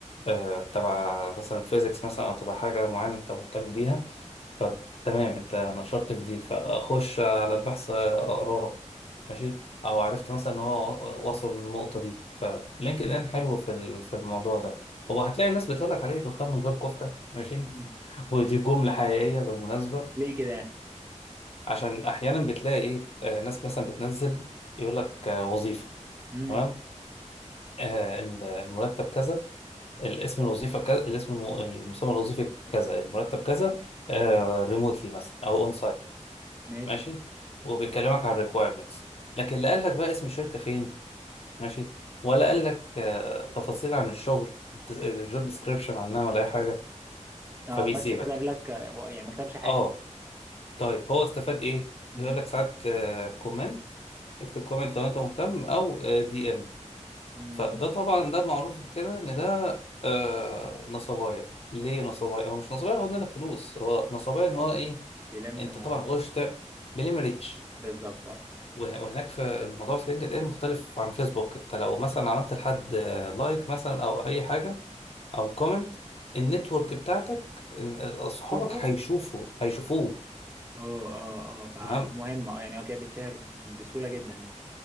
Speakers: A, on the left; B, on the right.
A: آه، تبع مثلا فيزيكس مثلا او تبع حاجه معينه انت مهتم بيها طب تمام انت نشرت في دي فاخش على البحث اقراه ماشي او عرفت مثلا ان هو وصل للنقطه دي فلينكد ان حلو في ال- في الموضوع ده هو هتلاقي الناس بتقول لك عليه دخان من غير كفته ماشي
B: مم.
A: <laughs> ودي جمله حقيقيه بالمناسبه
B: ليه كده
A: عشان احيانا بتلاقي ايه آه، ناس مثلا بتنزل يقول لك آه، وظيفه
B: امم
A: تمام آه، الم- المرتب كذا الاسم الوظيفه كذا الاسم الم- المسمى الوظيفي كذا المرتب كذا ريموتلي مثلا او اون
B: ماشي
A: ماشي وبيكلمك عن الريكوايرمنتس لكن لا قال لك بقى اسم الشركه فين ماشي ولا قال لك آه، تفاصيل عن الشغل الجوب ديسكريبشن عنها ولا اي حاجه
B: اه
A: فبيسيبك
B: بس كتب لك يعني ما كتبش حاجه
A: اه طيب هو استفاد ايه
B: امم
A: بيقول لك ساعات كومنت اكتب كومنت لو انت مهتم او دي ام
B: امم
A: فده طبعا ده معروف كده ان ده آه، نصبايا ليه نصبايا هو مش نصبايا هو منك فلوس هو نصبايا ان هو ايه
B: بيلم
A: انت
B: آه،
A: طبعا غشت بليمريتش
B: بالظبط اه
A: وه- وهناك في الموضوع في لينكد ان مختلف عن فيسبوك انت لو مثلا عملت لحد لايك مثلا او اي حاجه او كومنت النتورك بتاعتك إن- اصحابك
B: شوفوا
A: هيشوفوا هيشوفوه
B: اه اه اه فدي
A: تمام
B: مهمة اه يعني هو كده بيتشهر بسهولة جدا يعني